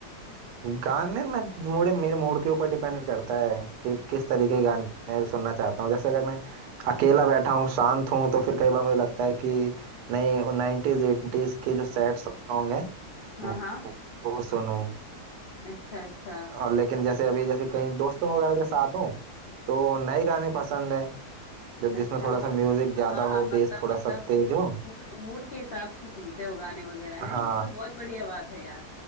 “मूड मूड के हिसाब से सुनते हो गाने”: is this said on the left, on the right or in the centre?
Left